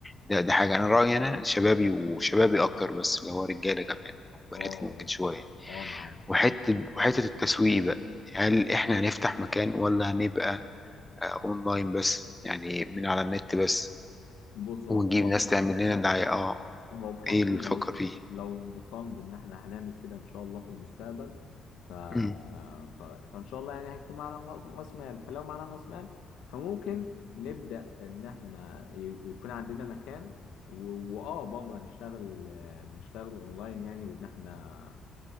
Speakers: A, in the centre; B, on the left (about 85°).
A: ده ده حاجه انا رايي انا شبابي وشبابي اكتر بس اللي هو رجاله كمان وبناتي
B: اه
A: ممكن شويه
B: اه اه معاك بصراحة
A: وحتة وحتة التسويق بقى هل احنا هنفتح مكان ولا هنبقى آه، اونلاين بس يعني من على النت بس
B: بص
A: ونجيب
B: هو بف-
A: ناس تعمل لنا دعاية اه
B: ما هو بفضل
A: ايه اللي بتفكر
B: لو
A: فيه
B: لو بفضل ان احنا هنعمل كده ان شاء الله في المستقبل ف...
A: مم.
B: ف... فان شاء الله يعني هيكون معانا راس رأس مال فلو معانا راس مال فممكن نبدا ان احنا ي... يكون عندنا مكان و... واه برضه هنشتغل آه، نشتغل اونلاين يعني بان احنا